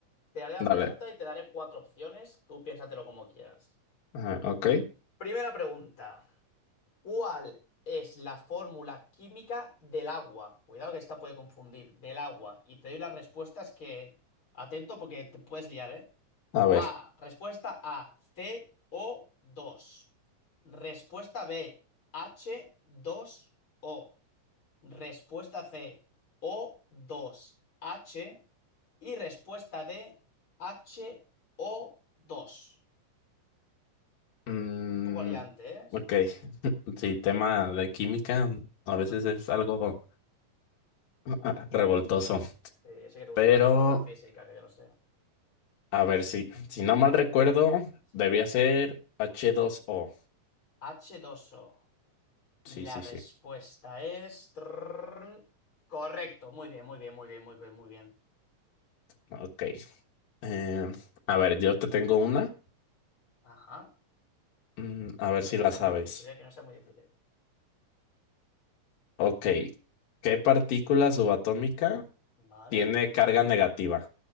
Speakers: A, on the left (about 35°); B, on the left (about 85°).
A: Te haré la
B: Dale.
A: pregunta y te daré cuatro opciones. Tú piénsatelo como quieras.
B: Ah, ok,
A: Primera pregunta. ¿Cuál es la fórmula química del agua? Cuidado que esta puede confundir. Del agua. Y te doy las respuestas que... Atento porque te puedes liar, ¿eh?
B: a ver.
A: A. Respuesta A. CO2. Respuesta B. H2O. Respuesta C, o dos h Y respuesta D, H O dos
B: Mm,
A: Un poco liante, ¿eh?
B: ok, sí, tema de química a
A: No-
B: veces es algo ah, revoltoso,
A: eh, yo sé que te gusta
B: pero
A: a ti más la física, que yo lo sé.
B: a ver, si, si no mal recuerdo,
A: Sí,
B: debía ser h dos o
A: h dos o Y
B: Sí,
A: la
B: sí,
A: respuesta
B: sí.
A: es... trrrrrn, Correcto, muy bien, muy bien, muy bien, muy bien, muy bien.
B: Ok. Eh, a ver, yo te tengo una.
A: Ajá.
B: Mm, a ver
A: No sé,
B: si
A: no
B: la
A: sea
B: sabes.
A: muy difícil, ¿eh? Que no sea muy difícil.
B: Ok. ¿Qué partícula subatómica
A: Vale.
B: tiene carga negativa?